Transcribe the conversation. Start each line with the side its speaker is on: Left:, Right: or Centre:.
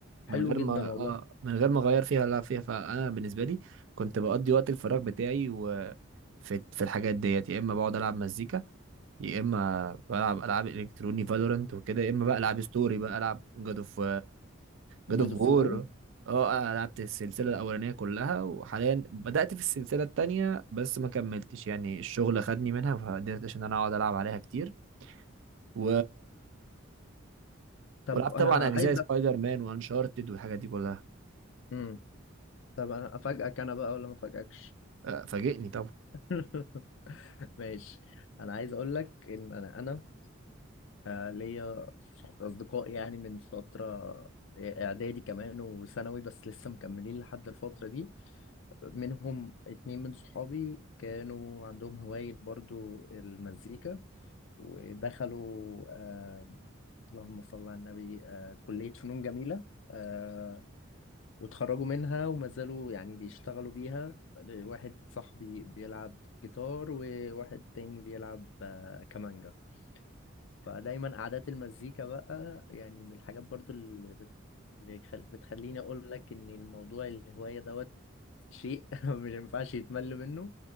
Left: حلو
Right: من غير
Left: جدا
Right: ما
Left: والله
Right: اه من غير ما اغير فيها ولا فيها فانا بالنسبة لي كنت بقضي وقت الفراغ بتاعي وفي في الحاجات ديت يا اما بقعد العب مزيكا يا اما بلعب العاب الكتروني فالورنت وكده يا اما بقى العب ستوري بقى العب جاد اوف جاد
Left: جود
Right: اوف وور
Left: فور
Right: اه انا لعبت السلسله الاولانيه كلها وحاليا بدات في السلسله التانية بس ما كملتش يعني الشغل خدني منها فقدرت عشان انا اقعد العب عليها كتير و
Left: طب
Right: ولعبت
Left: انا
Right: طبعا اجزاء
Left: عايز
Right: سبايدر مان وانشارتد والحاجات دي كلها
Left: أف- طب انا افاجئك انا بقى ولا ما افاجئكش
Right: آه، فاجئني طبعا
Left: <laughs> ماشي انا عايز اقول لك ان انا انا آه، ليا صح- اصدقاء يعني من فتره آه، اعدادي كمان وثانوي بس لسه مكملين لحد الفتره دي منهم اتنين من صحابي كانوا عندهم هوايه برضو المزيكا ودخلوا آه، اللهم صل على النبي آه، كليه فنون جميله آه، واتخرجوا منها وما زالوا يعني بيشتغلوا بيها واحد صاحبي بيلعب جيتار وواحد تاني بيلعب آه، كمانجا فدايما قعدات المزيكا بقى يعني من الحاجات برضو اللي بت- اللي خل- بتخليني اقول لك ان الموضوع الهواية دوت شيء <laughs> مش ما ينفعش يتمل منه